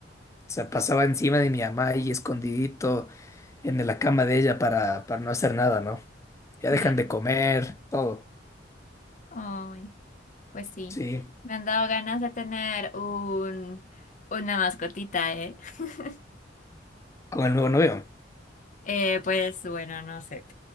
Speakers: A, on the left; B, on the left.
A: o sea, pasaba encima de mi mamá ahí escondidito en la cama de ella para, para no hacer nada, ¿no? Ya
B: bien.
A: dejan de comer, todo.
B: Ay, pues sí.
A: Sí,
B: Me han dado ganas de tener un, una mascotita, ¿eh? <laughs>
A: con el nuevo novio.
B: Eh, pues bueno, no sé.